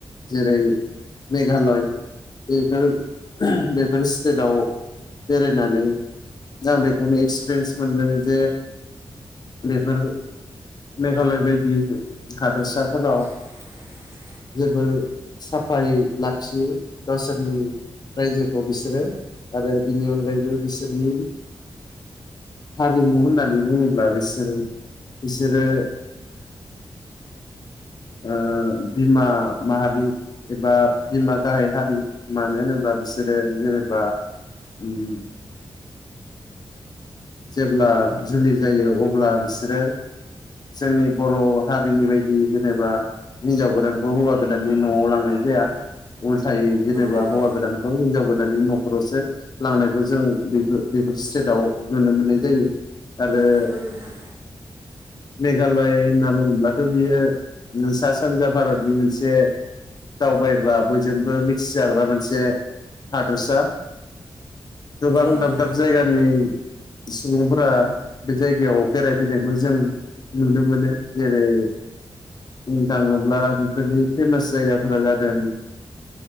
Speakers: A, on the left; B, on the right.
A: जेरै मेघालय बेफोर बेफोर स्टेटाव बेरायनानै आं बेखौनो एक्सपेरियेन्स मोनदों जे बेफोर मेघालय बायदि हादोरसाफोराव
B: <inaudible>
A: जोबोर साफायै लाखियो गावसोरनि रायजोखौ बिसोरो आरो बिनि अनगायैबो बिसोरनि हारिमु होननानै बुङोब्ला बिसोरो बिसोरो ओ बिमा माहारि एबा बिमा गाहाय हारि मानो होनोबा बिसोरो जेनेबा उम जेब्ला जुलि जायो अब्ला बिसोरो जोंनि बर' हारिनि बायदि जेनेबा हिनजाव गोदानखौ हौवा गोदाननि न'आव लांनाय जाया। उलथायै जेनेबा
B: नंगौ
A: हौवा गोदानखौ हिनजाव गो दाननि न'खरावसो लांनायखौ जों बेफो- बेफोर स्टेटाव नुनो मोननाय जायो। आरो
B: नंगौ नोंथां।
A: मेघालय होनना बुोङोब्लाथ' ओ बियो सा सानजा भारतनि मोनसे दावबायग्रा बयजोंबो मिथिजाग्रा मोनसे हादोरसा। गोबां
B: औ नंगौ
A: दाब दाब जायगानि सुबुंफोरा बे जायगायाव बेरायफैनायखौ जों नुनो मोनो जेरै बुंनो थाङोब्ला बेफोरनि फे'मास जायगाफोरा जादों-